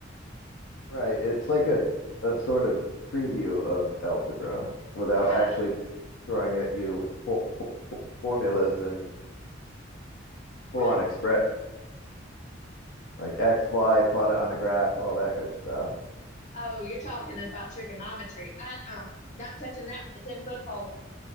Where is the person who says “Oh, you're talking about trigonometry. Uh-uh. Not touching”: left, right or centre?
Left